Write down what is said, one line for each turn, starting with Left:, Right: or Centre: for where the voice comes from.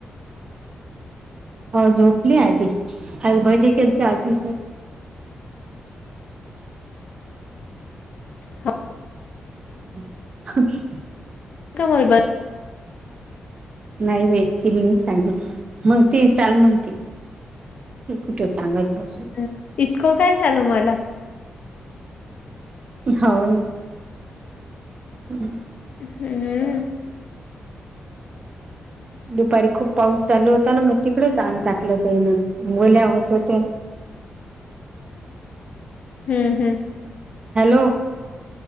Right: हो झोपली आजी अजे आजी
Left: हा
Right: अ <unintelligible>
Left: कमलब
Right: नाही बाई तिनी सांगितलं म्हणते चाल म्हणते तत कुठे सांगत ग
Left: हम इतकं काय झालं मला
Right: हो ना हम
Left: हम्मम
Right: दुपारी खूप पाऊस चालू होता, ना मग तिकडच आंग टाकलं. ते वल्या होत होत
Left: हम्म हम्म
Right: हॅलो